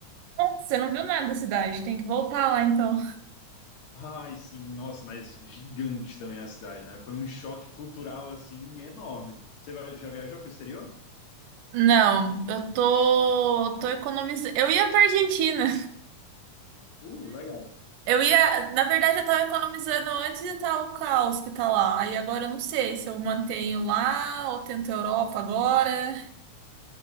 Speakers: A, on the right; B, on the left.
A: Você não viu nada da cidade, tem que voltar lá então.
B: Ai, sim, nossa, mas gigante também a cidade, né? Foi um choque cultural assim enorme. Você vai- já viajou para o exterior?
A: Não, eu tô, tô economizando. Eu ia pra Argentina.
B: Uh, legal.
A: Eu ia, na verdade, eu tava economizando antes de tal o caos que tá lá. Aí agora eu não sei se eu mantenho lá ou tento Europa agora.